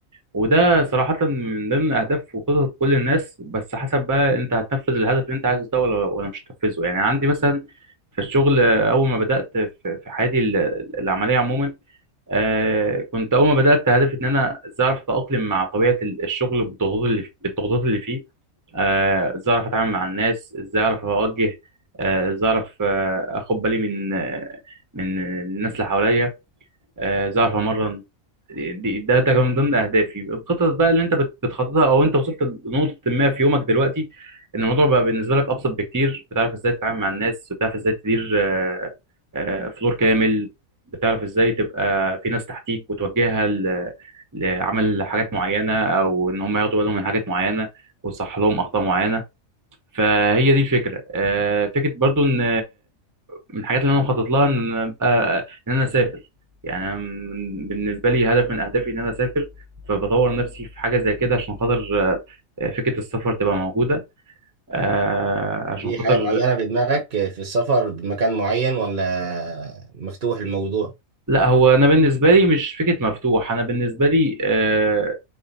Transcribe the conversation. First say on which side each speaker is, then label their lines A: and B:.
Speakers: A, on the right (about 15°); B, on the right (about 45°).
A: وده صراحة من ضمن أهداف وخطط كل الناس بس حسب بقى أنت هتنفذ الهدف اللي أنت عايزه ده ولا ولا مش هتنفذه يعني عندي مثلا في الشغل آه، أول ما بدأت في في حياتي ال- العملية عموما آه، كنت أول ما بدأت هدفي إن أنا إزاي أعرف أتأقلم مع طبيعة ال- الشغل بالضغوطات اللي بالضغوطات اللي فيه آه، إزاي أعرف أتعامل مع الناس إزاي أعرف أوجه آه، إزاي أعرف آه، أخد بالي من آه، من الناس اللي حواليا آه، ظهر اتمرن دي- ده ده كان من ضمن اهدافي الخطط بقى اللي انت بت- بتخططها او انت وصلت لنقطه ما في يومك دلوقتي ان الموضوع بقى بالنسبه لك ابسط بكتير بتعرف ازاي تتعامل مع الناس بتعرف ازاي تدير آه، آه، فلور كامل بتعرف ازاي تبقى في ناس تحتيك وتوجهها ل- لعمل حاجات معينه او ان هم ياخدوا بالهم من حاجات معينه وتصحح لهم اخطاء معينه فهي دي الفكره آه، فكره برضو ان من الحاجات اللي انا مخطط لها ان انا ابقى ان انا اسافر يعني أنا من- بالنسبه لي هدف من اهدافي ان انا اسافر فبطور نفسي في حاجه زي كده عشان خاطر آه، فكره السفر تبقى موجوده آه، عشان
B: في
A: خاطر
B: حاجة معينة في دماغك آه، في السفر بمكان معين ولا مفتوح الموضوع
A: لا هو انا بالنسبه لي مش فكره مفتوح انا بالنسبه لي آه،